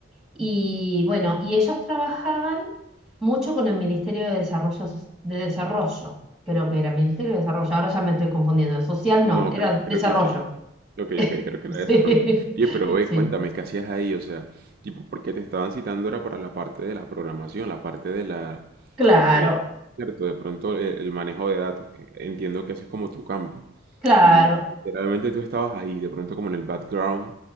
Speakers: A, in the centre; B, on the right (about 50°).
A: Y bueno, y ellos trabajaban mucho con el Ministerio de Desarrollo, Soc- de Desarrollo, creo que era Ministerio de Desarrollo, ahora ya me estoy confundiendo, el social
B: No,
A: no, era
B: creo,
A: Desarrollo.
B: creo que sí.
A: <laughs>
B: Ok, ok, creo que
A: Sí,
B: la desarrollo. Oye, pero ve,
A: sí,
B: cuéntame, ¿qué hacías ahí? O sea, tipo, porque te estaban citando era para la parte de la programación, la parte de la,
A: claro,
B: de, cierto, de pronto el, el manejo de datos, que entiendo que ese es como tu campo.
A: claro,
B: Y literalmente tú estabas ahí, de pronto como en el background,